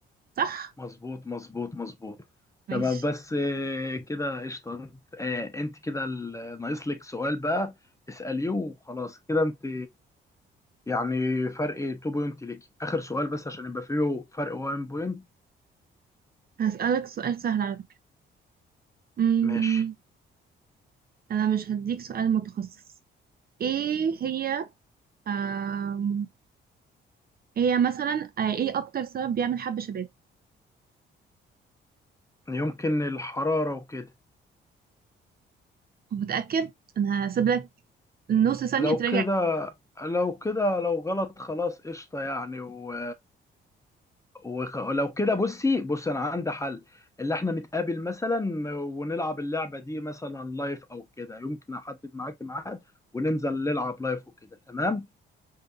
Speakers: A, on the right; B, on the left.
A: صح؟
B: مظبوط مظبوط مظبوط
A: ماشي
B: تمام بس إيه كده قشطه إيه انت كده ال- ناقص لك سؤال بقى اساليه وخلاص كده انت يعني فرق 2 بوينت ليك اخر سؤال بس عشان يبقى فيه فرق 1 بوينت
A: هسألك سؤال سهل على فكرة
B: ماشي
A: انا مش هديك سؤال متخصص ايه هي آم، إيه هي مثلا آه، ايه اكتر سبب بيعمل حب شباب
B: يمكن الحرارة وكده
A: متأكد انا هسيب لك نص ثانية
B: لو
A: تراجع
B: كده لو كده لو غلط خلاص قشطة يعني و... وخ... لو كده بصي بص انا عندي حل اللي احنا نتقابل مثلا ونلعب اللعبة دي مثلا لايف او كده يمكن احدد معاك ميعاد وننزل نلعب لايف وكده تمام